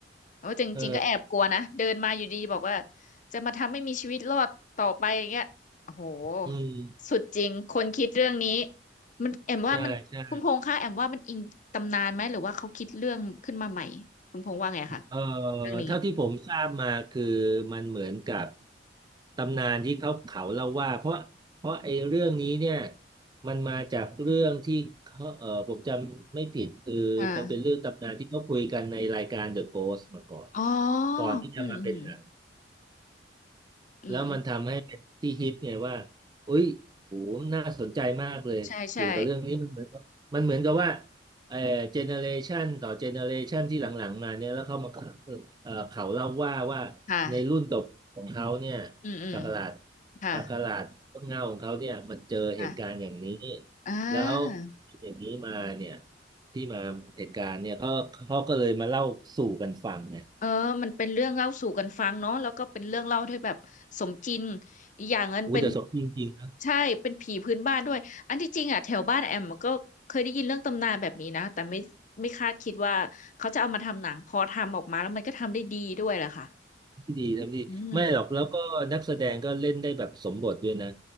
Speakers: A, on the left; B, on the right.
A: โอ้จริงๆก็แอบกลัวนะเดินมาอยู่ดีบอกว่า
B: เออ
A: จะมาทำให้มีชีวิตรอดต่อไปอย่างเงี้ยโอ้โห
B: อืม
A: สุดจริงคนคิดเรื่องนี้มันแอมว่ามันคุณพงษ์คะแอมว่ามันอิงตำนานไหมหรือว่าเขาคิดเรื่องขึ้นมาใหม่คุณพงษ์ว่าไงคะ
B: ใช่ใช่เออ
A: เรื่องนี้
B: เท่าที่ผมทราบมาคือมันเหมือนกับตำนานที่เขาเขาเล่าว่าเพราะเพราะไอ้เรื่องนี้เนี่ยมันมาจากเรื่องที่เขาเออผมจำไม่ผิดคือมันเป็นเรื่องตำนานที่เขาคุยกันในรายการ
A: อ่า
B: The Post มาก่อน
A: อ๋อ
B: ก่อนที่จะมาเป็นหนัง
A: อืมอืมอืมอืม
B: แล้วมันทำให้เป็นที่ฮิตไงว่าอุ๊ยโหน่าสนใจมากเลย
A: ใช่ใช่
B: เกี่ยวกับเรื่องนี้มันเหมือนกับมันเหมือนกับว่าเอ่อเจเนเรชันต่อเจเนเรชันที่หลังๆมาเนี่ยแล้วเขามาเอ่อเขาเล่าว่าว่าในรุ่นตบของเขาเนี่ย
A: ค่ะอืมอืม
B: ศักราช
A: ค่ะ
B: ศักราชต้นเงาของเขาเนี่ยมันเจอเหตุการณ์อย่างนี้
A: ค่ะอ่า
B: แล้วอย่างนี้มาเนี่ยที่มาเหตุการณ์เนี่ยเขาเขาก็เลยมาเล่าสู่กันฟังไง
A: เออมันเป็นเรื่องเล่าสู่กันฟังเนาะแล้วก็เป็นเรื่องเล่าที่แบบสมจริงอีกอย่างนั้นเป็น
B: อู้แต่สดจริงๆ
A: ใช่เป็นผีพื้นบ้านด้วยอันที่จริงอ่ะแถวบ้านแอมมันก็เคยได้ยินเรื่องตำนานแบบนี้นะแต่ไม่ไม่คาดคิดว่าเขาจะเอามาทำหนังพอทำออกมาแล้วมันก็ทำได้ดีด้วยแหละค่ะ
B: ดีทำดีไม่หรอกแล้วก็นักแสดงก็เล่นได้แบบสมบทด้วยนะ
A: อืม